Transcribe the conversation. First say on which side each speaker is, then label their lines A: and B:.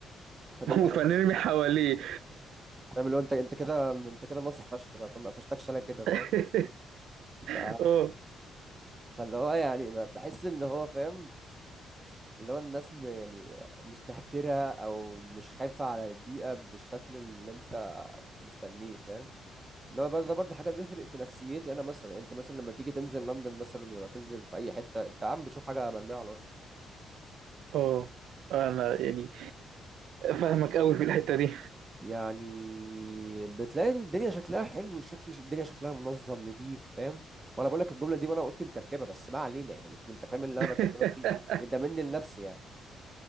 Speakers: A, on the right; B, on the right.
A: فنرمي
B: <laughs> وفنرمي
A: حوالين الزبالة
B: حواليه
A: فاهم اللي هو انت انت كده انت كده مصري فشخ بقى فاهم ما قفشتكش انا كده
B: <laughs>
A: فاهم ف
B: اه
A: فاللي هو يعني ب- بحس ان هو فاهم اللي هو الناس م... يعني مستهترة او مش خايفة على البيئة بالشكل اللي انت مستنيه فاهم ان هو برضه ده برضه حاجة بيفرق في نفسيتي انا مثلا يعني انت مثلا لما تيجي تنزل لندن مثلا ولا تنزل في اي حتة انت عم بتشوف حاجة مرمية على الارض
B: اه انا يعني فاهمك قوي في الحتة دي
A: يعني بتلاقي الدنيا شكلها حلو شكل الدنيا شكلها منظم نظيف فاهم وانا بقول لك الجمله دي وانا قلت مكركبه بس ما علينا يعني فاهم- انت فاهم اللي
B: <laughs>
A: انا بكلمك فيه ده مني لنفسي يعني